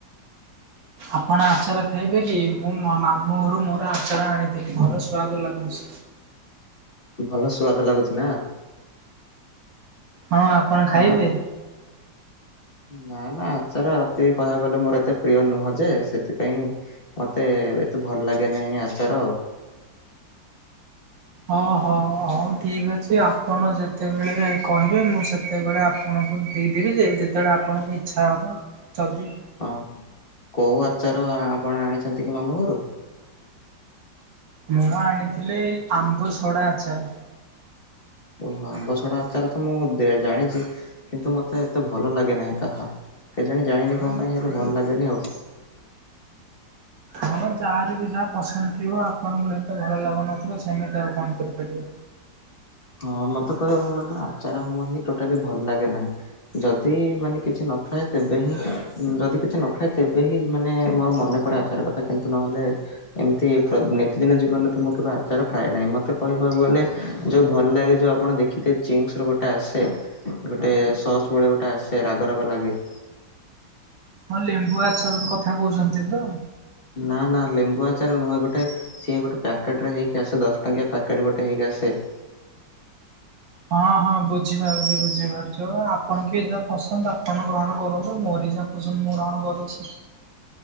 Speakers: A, on the right; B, on the left.
A: ଆପଣ ଆଚାର ଖାଇବେ କି? ମୁଁ ମାମୁଁ ଘରୁ ମୋର ଆଚାର ଆଣିଥିଲି ଭଲ ସୁଆଦୁ ଲାଗୁଚି।
B: ଭଲ ସୁଆଦ ଲାଗୁଚି ନା?
A: ହଁ ଆପଣ ଖାଇବେ?
B: ହଁ ନା ନା ଆଚାର ଅତି କହିବାକୁ ଗଲେ ମୋର ଏତେ ପ୍ରିୟ ନୁହଁ ଯେ ସେଥିପାଇଁ ମତେ ଏତେ ଭଲ ଲାଗେ ନାହିଁ ଆଚାର।
A: ହଁ ହଁ ହଁ ହଉ ଠିକ୍ ଅଛି ଆପଣ ଯେତେବେଳେ କହିବେ ମୁଁ ସେ ସେତେବେଳେ ଆପଣଙ୍କୁ ଦେଇଦେବି ଯେ ଯେତେବେଳେ ଆପଣଙ୍କୁ ଇଚ୍ଛା ହେବ ଯଦି
B: ହଁ କୋଉ ଆଚାର ଆପଣ ଆଣିଚନ୍ତି କି ମାମୁଁ ଘରୁ?
A: ମୁଁ ଆଣିଥିଲି ଏଇ ଆମ୍ବୁ ସୋଡ଼ା ଆଚାର।
B: ଓହୋ। ଆମ୍ବସଡା ଆଚାର ତ ମୁଁ ଜାଣିଛି କିନ୍ତୁ ମତେ ଏତେ ଭଲ ଲାଗେ ନାହିଁ ତାହା। କେଜାଣି ଜାଣିନି କଣ ପାଇଁ? ହେଲେ ଭଲ ଲାଗେନି ଆଉ।
A: ହଁ ଯାହାର ବି ଯାହା ପସନ୍ଦ ଥିବ। ଆପଣଙ୍କୁ ସେତେ ଭଲ ଲାଗୁନଥିବ। ସେମିତି ଆଉ କଣ କରିପାରିବା।
B: ହଁ। ମୋତେ କହିବାକୁ ଗଲେ ଆଚାର ହିଁ ଟୋଟାଲି ଭଲ ଲାଗେ ନାହିଁ। ଯଦି ମାନେ କିଛି ନଥାଏ ତେବେ ହିଁ, ଯଦି କିଛି ନଥାଏ ତେବେ ହିଁ ମାନେ ମୋର ମନେ <unintelligible> ଆଚାର କଥା କିନ୍ତୁ ନହେଲେ ଏମିତି ନିତିଦିନ ଜୀବନରେ ତ ମୁଁ କେବେ ଆଚାର ଖାଏ ନାହିଁ। ମତେ କହିବାକୁ ଗଲେ ଯୋଉ ଭଲ ଲାଗେ ଯୋଉ ଆପଣ ଦେଖିଥିବେ ଚିଙ୍ଗ୍ସର ଗୋଟେ ଆସେ। ଗୋଟେ ସସ୍ ଭଳିଆ ଗୋଟେ ଆସେ, ରାଗ ରାଗ ଲାଗେ।
A: ହଁ ଲେମ୍ବୁ ଆଚାର କଥା କହୁଛନ୍ତି ତ।
B: ନା ନା ଲେମ୍ବୁ ଆଚାର ନୁହେଁ। ଗୋଟେ ସିଏ ଗୋଟେ ପକେଟ୍ ରେ ହେଇକି ଆସେ। ଦଶ ଟଙ୍କିଆ ପକେଟ୍ ଗୋଟେ ହେକି ଆସେ।
A: ହଁ ହଁ ବୁଝିପାରୁଛି। ବୁଝିପାରୁଛି। ଓ ଆପଣ କି ଯାହା ପସନ୍ଦ ଆପଣ ଗ୍ରହଣ କରନ୍ତୁ, ମୋରି ଯା ପସନ୍ଦ ମୁଁ ଗ୍ରହଣ କରୁଛି।